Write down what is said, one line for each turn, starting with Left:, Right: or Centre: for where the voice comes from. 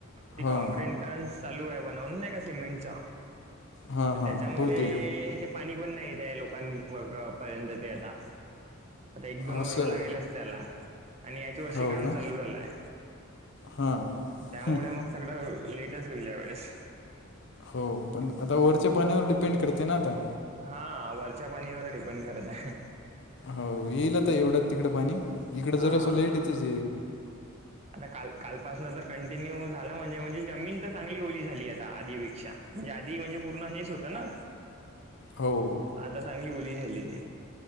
Right: ती
Left: हां
Right: कॉँक्रिंट कारण चालू आहे बनवून नाही का सिमेंटच्या
Left: हां हां
Right: त्याच्यामुळे
Left: हो ते
Right: ते पाणी पण नाही आहे लोकां पर्यंत ते आता आता एक दोन वर्ष
Left: असं
Right: लागेल अस त्याला आणि याच्या वर्षी
Left: हो
Right: काम
Left: का
Right: चालू झालंय
Left: हां
Right: त्यामुळे
Left: हं.
Right: मग सगळं लेटस होईल या वेळेस
Left: हो पण आता ओरच्या पाण्यावर डिपेंड करते ना आता
Right: हा वरच्या पाणीवर डिपेंड करत आहे
Left: हो येईलता एवढ तिकड पाणी इकडं
Right: हा
Left: जरा
Right: हा
Left: असं लाईट येतच
Right: आता काल कालपासनं तर कंटिन्यू झाला म्हणजे म्हणजे जमीन तर चांगली ओली झाली आता आधीपेक्षा म्ह आी म्हणजे पूर् हेच हों ना
Left: हो
Right: आता चांगली ओली झाल्ली त